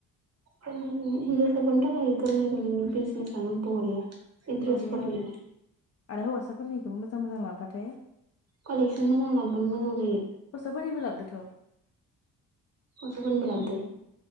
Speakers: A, on the right; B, on the left.
A: जोंनिथिं हिन्जावसाफोरनि थाखाय <unintelligible> बिजनेसानो बरिया। बे ड्रेसफोरनियानो
B: बरिया आरो हौवासाफोरनिखौबो मोजां-मोजां लाबोबाथाय
A: कलेक्सन मोजां लाबोबानो मोजां जायो।
B: बोनिबोलाब्दोथ'।
A: खथबुनबो लाबदों।